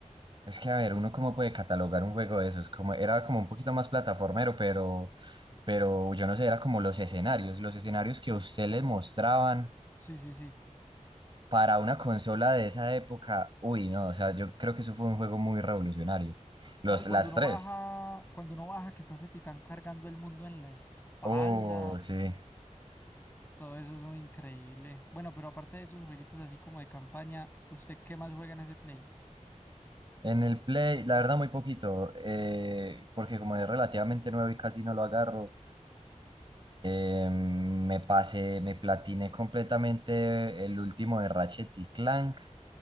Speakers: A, on the right; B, on the left.
A: Es que, a ver, uno cómo puede catalogar un juego de esos, como era como un poquito más plataformero, pero, pero yo no sé, era como los escenarios, los escenarios que a usted les mostraban
B: Sí, sí, sí.
A: para una consola de esa época, uy, no, o sea, yo creo que eso fue un juego muy revolucionario. Los,
B: No, y cuando
A: las
B: uno
A: tres,
B: baja, cuando uno baja, que está ese titán cargando el mundo en la espalda,
A: oh, sí.
B: todo eso es muy increíble. Bueno, pero aparte de esos jueguitos así como de campaña, ¿usted qué más juega en ese play?
A: En el Play, la verdad, muy poquito, eh, porque como es relativamente nuevo y casi no lo agarro, eh, me pasé, me platiné completamente el último de Ratchet y Clank